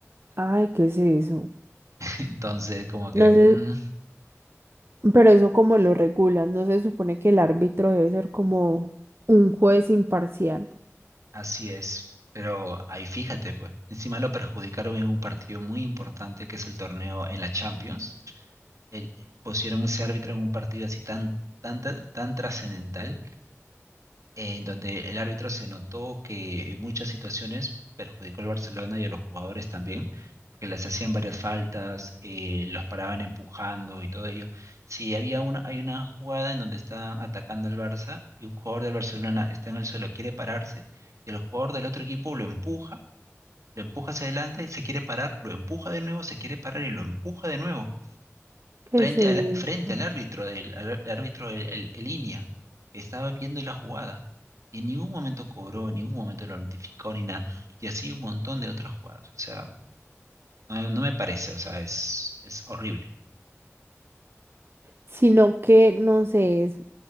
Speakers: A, on the right (about 50°); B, on the right (about 80°).
A: Ay, ¿qué es eso?
B: <laughs> Entonces, como que...
A: No
B: mm,
A: sé, pero eso como lo regulas, no se supone que el árbitro debe ser como un juez imparcial,
B: Así es, pero ahí fíjate, pues, encima lo perjudicaron en un partido muy importante que es el torneo en la Champions. El- eh, pusieron ese árbitro en un partido así tan, tan, tan, tan trascendental en donde el árbitro se notó que en muchas situaciones perjudicó al Barcelona y a los jugadores también, porque les hacían varias faltas, eh, los paraban empujando y todo ello. Si había una, hay una jugada en donde están atacando al Barça y un jugador del Barcelona está en el suelo, quiere pararse, y el jugador del otro equipo lo empuja, lo empuja hacia adelante, se quiere parar, lo empuja de nuevo, se quiere parar y lo empuja de nuevo
A: ¿Qué
B: frente
A: es eso?
B: al, frente al árbitro, del, al, árbitro el, el- el línea, que estaba viendo la jugada. Y en ningún momento cobró, en ningún momento lo notificó ni nada. Y así un montón de otras jugadas. O sea, no, no me parece, o sea, es, es horrible.
A: sino que, no sé, es,